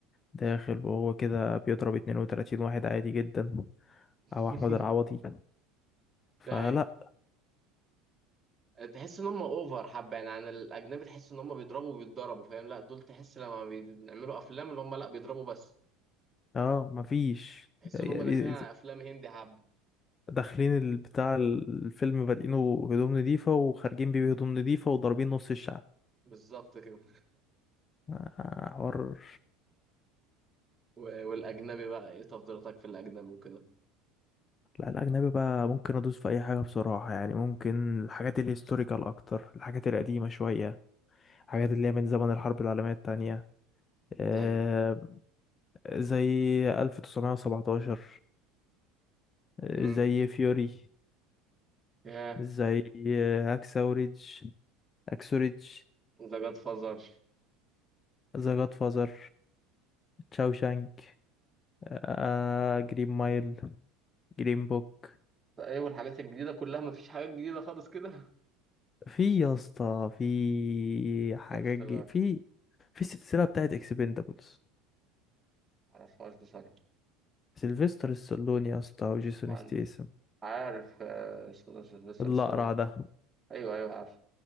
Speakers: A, on the left (about 30°); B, on the right (about 20°).
A: داخل وهو كده بيضرب 32 واحد عادي جدا
B: <laughs>
A: أو أحمد العوضي فلا
B: ده حقيقي تحس ان هم اوفر حبه يعني عن الاجنبي تحس ان هم بيضربوا وبيتضربوا فاهم لا دول تحس لما بيعملوا افلام اللي هم لا بيضربوا بس
A: اه مفيش
B: تحس
A: يعني
B: ان هم داخلين على افلام هندي حبه
A: داخلين ال- بتاع الفيلم بادئينه هدوم نضيفة وخارجين بيه بهدوم نضيفة وضاربين نص الشعب
B: بالظبط كده
A: آه، حوار
B: <laughs> و- والاجنبي بقى ايه تفضيلاتك في الاجنبي وكده
A: لا الأجنبي بقى ممكن أدوس في أي حاجة بصراحة يعني ممكن الحاجات الهيستوريكال أكتر الحاجات القديمة شوية حاجات اللي هي من زمن الحرب العالمية التانية آه،
B: زي
A: زي 1917 آه،
B: امم
A: زي فيوري
B: ياه
A: زي آه، أكسوريدج أكسوريدج
B: ذا جاد فازر
A: ذا جاد فازر تشاوشانك آه، جرين مايل جرين بوك
B: ايوه الحاجات الجديده كلها مفيش حاجات جديده خالص كده
A: في يا اسطى في حاجات
B: انترستيلر
A: جي في في السلسلة بتاعت اكسبندابلز
B: معرفهاش بصراحه
A: سيلفستر ستالوني يا اسطى وجيسون
B: ما-
A: ستيسن
B: عارف آه، اسمه ده سيلفستر
A: الأقرع
B: ستالون
A: ده
B: ايوه ايوه عارف